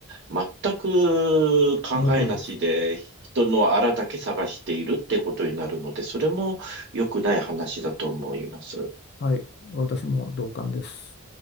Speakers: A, on the right; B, on the left.
A: 全く考えなしで、
B: あの通りです。
A: 人のあらだけ探しているってことになるので、それも良くない話だと思います。
B: はい、私も同感です。